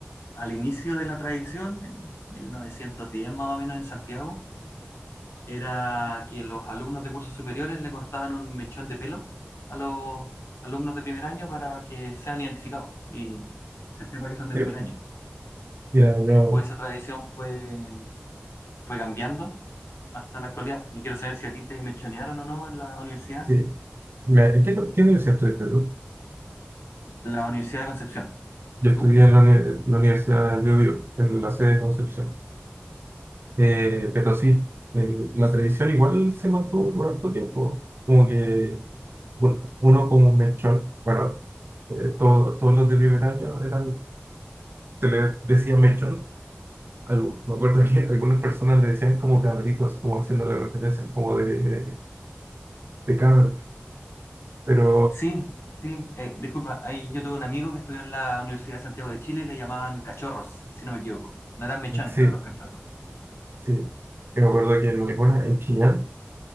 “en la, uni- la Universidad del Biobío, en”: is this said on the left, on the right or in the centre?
Right